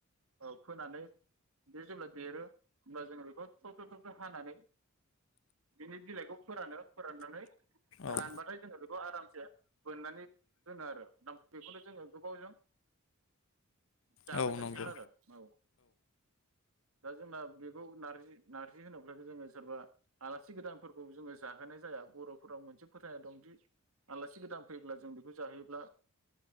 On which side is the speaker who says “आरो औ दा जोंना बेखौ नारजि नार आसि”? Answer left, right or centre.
Right